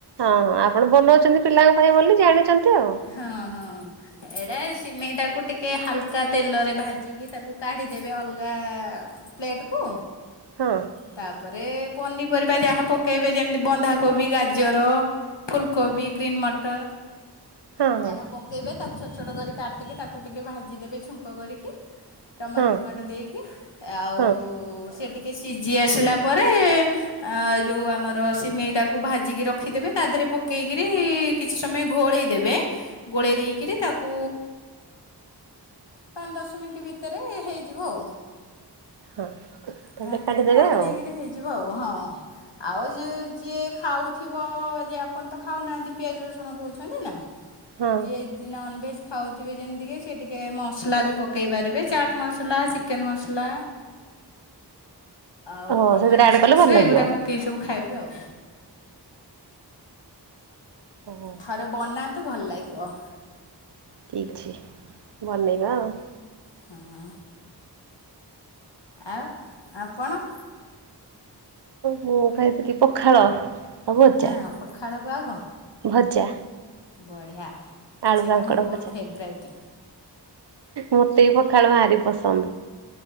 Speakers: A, on the right (about 70°); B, on the left (about 85°).
A: ହଁ ଆପଣ ବନେଉଚନ୍ତି ପିଲାଙ୍କ ପାଇଁ ବୋଲି ଜାଣିଚନ୍ତି ଆଉ।
B: ହଁ ହଁ ଏଡା ସିମେଇଟାକୁ ଟିକେ ହାଲକା ତେଲରେ ଭାଜି କି ତାକୁ କାଢି ଦେବେ ଅଲଗା ପ୍ଲେଟେକୁ।
A: ହଁ।
B: ତାପରେ ପନିପରିବା ଯାହା ପକେଇବେ ଯେମିତି ବନ୍ଧାକୋବି, ଗାଜର। ଫୁଲକୋବି, ଗ୍ରୀନ ମଟର।
A: ହଁ ହଁ
B: ଯାହା ପକେଇବେ ତାକୁ ଛୋଟ ଛୋଟ କରି କାଟିକି ତାକୁ ଟିକେ ଭାଜିଦେବେ ଛୁଙ୍କ କରିକି। ଟମାଟୋ
A: ହଁ
B: ଫମାଟୋ ଦେଇକି ଆଉ
A: ହଁ
B: ସେ ଟିକେ ସିଜି ଆସିଲା ପରେ ଆ ଯୋଉ ଆମର ସିମେଇଟାକୁ ଭାଜିକି ରଖିଦେବେ ତା ଦେହରେ ପକେଇକିରି କିଛି ସମୟ ଘୋଳେଇ ଦେବେ ଗୋଳେଇ ଦେଇକିରି ତାକୁ ପାନ୍‌ ଦଶ ମିନିଟ ଭିତରେ ହେଇଯିବ ଆଉ।
A: ହଁ ତାପରେ
B: ଘାଣ୍ଟି
A: କାଢିଦେବେ
B: ଦେବେ ଘାଣ୍ଟି
A: ଆଉ।
B: ଦେଇକିରି ହେଇଯିବ ଆଉ ହଁ। ଆଉ ଯିଏ ଯିଏ ଖାଉଥିବ ଯେ ଆପଣ ତ ଖାଉନାହାନ୍ତି ପିଆଜ ରସୁଣ କହୁଛନ୍ତି ନା।
A: ହଁ
B: ଯିଏ ନନ୍ ଭେଜ ଖାଉଥିବେ ଯେମିତି କି ସେ ଟିକେ ମସଲା ବି ପକେଇ ପାରିବେ ଚାଟ୍ ମସଲା ଚି କେନ୍ ମସଲା ଆଉ
A: ଓହୋ
B: ଟମାଟୋ
A: ସେଥିରେ ଆଡ୍
B: ସକ୍ସରେ
A: କଲେ ଭଲ ଲାଗିବ।
B: ଏଗୁଡ଼ା ପ କେଇ ସବୁ ଖାଇବେ ଆଉ।
A: ହଉ
B: ଥରେ ବନାନ୍ତୁ ଭଲ ଲାଗିବ।
A: ଠିକ୍ ଅଛି ବନେଇବା ଆଉ।
B: ହଁ। ଆଉ ଆପଣ?
A: ମୁଁ ଖାଇଥିଲି ପଖାଳ। ଆଉ ଭଜା।
B: ହଁ ପଖାଳକୁ ଆଉ କ?
A: ଭଜା।
B: ବଢ଼ଆ
A: ଆଳୁ
B: ସେଟା
A: କାଙ୍କଡ
B: ମୋର
A: ଭଜା।
B: ଫେବରାଇଟ୍।
A: ମୋତେ ବି ପଖାଳ ଭାରି ପସନ୍ଦ।